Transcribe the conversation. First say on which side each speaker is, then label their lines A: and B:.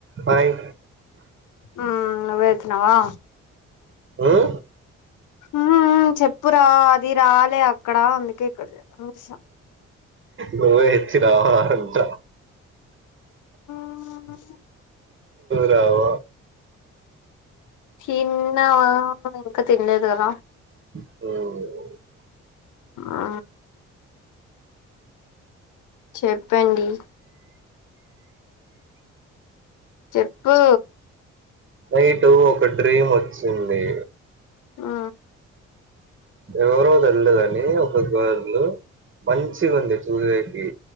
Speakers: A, on the right; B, on the left.
A: Hi
B: ఉమ్ నువ్వే అచ్చినవా?
A: ఉం?
B: ఉమ్ చెప్పురా అది రాలే అక్కడ అందుకే ఇక్కడ చే
A: నువ్వే ఇచ్చనావా అంట
B: ఉమ్
A: రావ
B: తిన్నా ఇంకా తినలేదు కదా?
A: మ్మ్
B: ఆ చెప్పండి? చెప్పు
A: నైటు ఒక డ్రీమ్ వచ్చింది.
B: ఆ
A: ఎవరో తెల్దు గని, ఒక గర్లు మంచిగుంది చూసేకి,